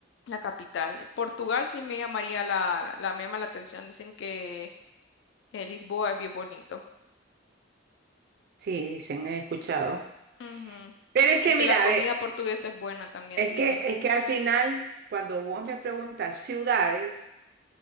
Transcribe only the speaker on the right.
Sí, dicen, he escuchado.
Pero es que,
mira,
ve,
es
que, es que al final, cuando vos me preguntas ciudades,